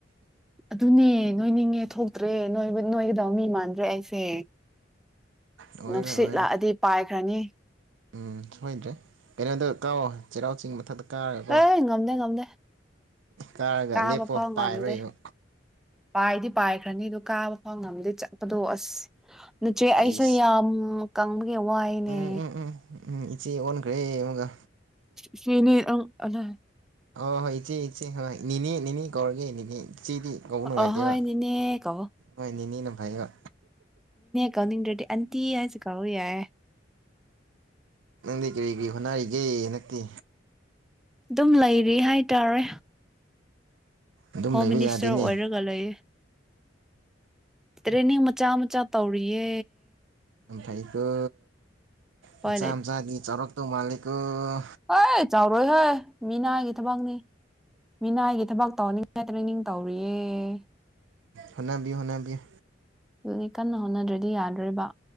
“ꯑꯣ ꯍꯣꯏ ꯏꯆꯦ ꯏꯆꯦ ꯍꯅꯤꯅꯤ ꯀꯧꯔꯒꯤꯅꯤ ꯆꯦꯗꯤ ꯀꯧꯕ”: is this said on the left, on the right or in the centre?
Right